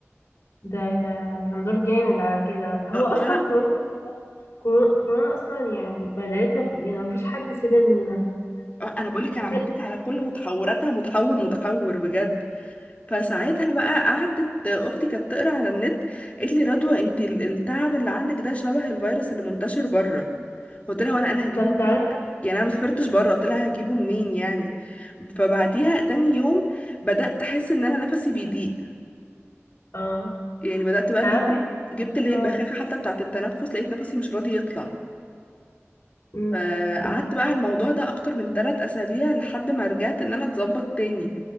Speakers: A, on the left; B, on the left.
A: ده كان دور جامد على كده هو
B: آه،
A: اصلا
B: وانا
A: كورونا كورو- كورونا اصلا يعني بهدلتنا كلنا مفيش حد سلم منها
B: آه، انا بقولك
A: وخد-
B: انا عديت على كل متحوراتها متحور متحور بجد فساعتها بقى قعدت اختي كانت تقرا على النت قالت لي رضوى انت ال- التعب اللي عندك ده شبه الفيروس اللي منتشر بره قلت لها وانا انا هجيبه
A: طب
B: منين
A: تعرفي
B: <laughs> يعني انا ما سافرتش بره قلت لها هجيبه منين يعني فبعديها تاني يوم بدات احس ان انا نفسي بيضيق
A: اه
B: يعني بدات بقى
A: تعرفي
B: اللي هو جبت اللي هي
A: اه
B: البخاخه حتى بتاعه التنفس لقيت نفسي مش راضي يطلع
A: أمم.
B: فقعدت
A: ده-
B: بقى على الموضوع ده اكتر من ثلاث اسابيع لحد ما رجعت ان انا اتظبط تاني